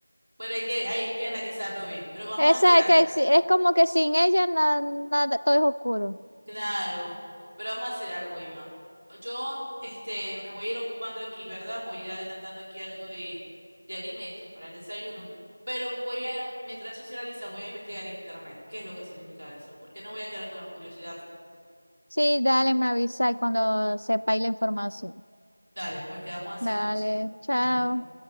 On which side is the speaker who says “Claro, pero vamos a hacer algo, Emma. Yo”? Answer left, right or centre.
Right